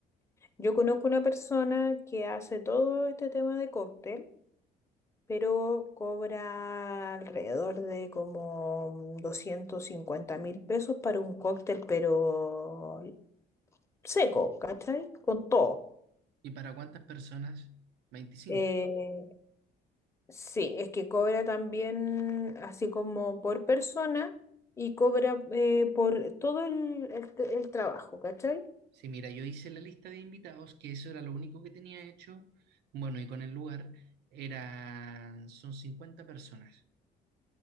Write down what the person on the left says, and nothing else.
Yo conozco una persona que hace todo este tema de cóctel pero cobra alrededor de como doscientos cincuenta mil pesos para un cóctel, pero seco, ¿cachai? Con todo.
Eh, sí, es que cobra también así como por persona y cobra eh, por todo el, el t- el trabajo, ¿cachai?